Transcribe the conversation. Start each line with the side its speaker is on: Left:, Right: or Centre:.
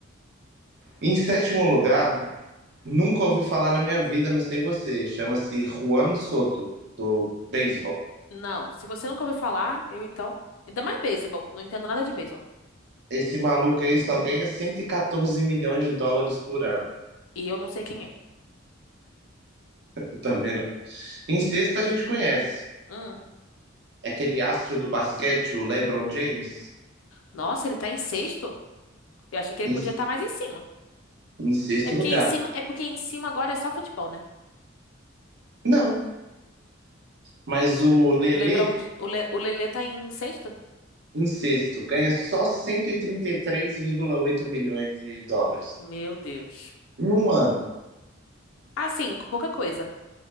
Right: Em sétimo lugar, nunca ouvi falar na minha vida, não sei você. Chama-se Juan Soto, do beisebol.
Left: Não, se você nunca ouviu falar, eu então. Ainda mais beisebol. Não entendo nada de beisebol.
Right: Esse maluco aí só ganha 114 milhões de dólares por ano.
Left: E eu não sei quem é.
Right: Eu também não. Em sexto, a gente conhece.
Left: Hum.
Right: É aquele astro do basquete, o LeBron James,
Left: Nossa, ele tá em sexto? Eu achei que ele
Right: em,
Left: podia estar mais em cima.
Right: em sexto
Left: É porque
Right: lugar.
Left: em cima, é porque em cima agora é só futebol, né?
Right: Não, mas o Lele
Left: LeBron, o, Le, o Lelê tá em sexto?
Right: em sexto, ganha só 133,8 milhões de dólares
Left: Meu Deus.
Right: em um ano.
Left: Assim, pouca coisa.